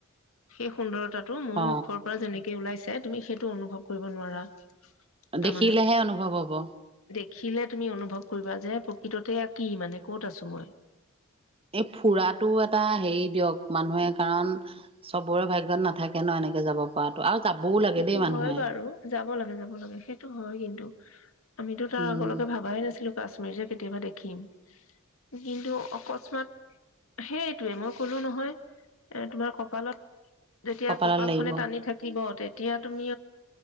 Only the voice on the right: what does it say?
অ
দেখিলেহে অনুভৱ হ'ব।
এই ফুৰাটোও এটা হেৰি দিয়ক মানুহে, কাৰণ চবৰে ভাগ্যত নাথাকে ন এনেকে যাব পৰাতো আৰু যাবও লাগে
দেই মানুহে
উম
কপালত
লাগিব